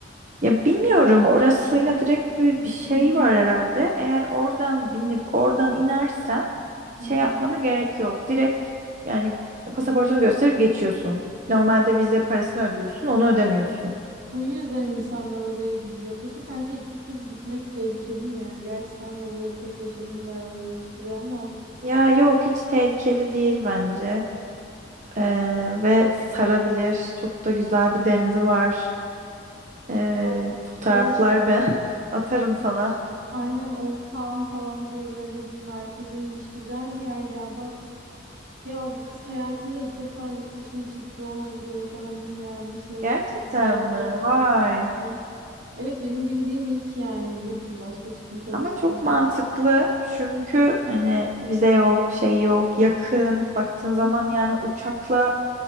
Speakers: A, on the right; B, on the right.
A: Ya bilmiyorum orasıyla direkt bir, bir şey
B: Hı hı.
A: var herhalde. Eğer oradan binip oradan inersen şey
B: Hı hı.
A: yapmana gerek yok. Direkt yani pasaportunu gösterip geçiyorsun. Normalde vize parasını ödüyorsun onu ödemiyorsun.
B: Bu yüzden insanlar oraya gidiyor. Peki sence iki kız gitmek tehlikeli mi yani? Gerçi sen de orada tek yaşadın bayağı uzun bir süre ama
A: Ya yok hiç tehlikeli değil bence Ee, ve sarabilir. Çok da güzel bir denizi var. Ee,
B: Bak,
A: fotoğraflar
B: Old,
A: ben <laughs> atarım sana.
B: aynen Old Town falan diye böyle bir merkeze inmiş güzel bir yer ya bak. Ya bu kız hayatında ilk defa yurt dışına çıktı. Ona bile özendim yani şey
A: Gerçekten
B: bir yerlere
A: mi?
B: gitmem
A: Vay.
B: gerekiyor. Evet benim bildiğim ilk yani bilirdim başka çıkmış olsaydı.
A: Ama çok mantıklı çünkü hani vize yok, şey yok, yakın. Baktığın zaman
B: Heh.
A: yani uçakla